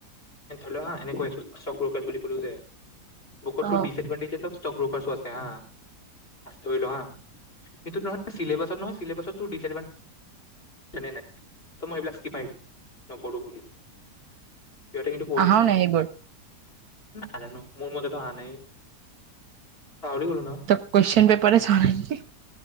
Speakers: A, on the left; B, on the right.
A: ধৰিল হা এনে কৈ আছোঁ চক ব্ৰকাৰ্ছ বুলি কলো যে বুকত
B: অ
A: তোৰ দিছএডভাণ্টেজ অফ ছক ব্ৰকাৰছও আছে হা ধৰি ল হা, চিলেবাছত নহৈ চিলেবছত তুৰ ডিছএডভান্টেজ এনে নায় চ মই এইবিলাক ক্ৰিপ মাৰি দিম নপঢ়ো বুলি সিহঁতে কিন্তু পঢ়িছে
B: আহাও নাই সেইবোৰ।
A: নাজানো মোৰ মতেতো অহা নাই। পাহৰি গ'লো ন
B: ত কুৱেশ্চন পেপাৰ চোৱা নাই ন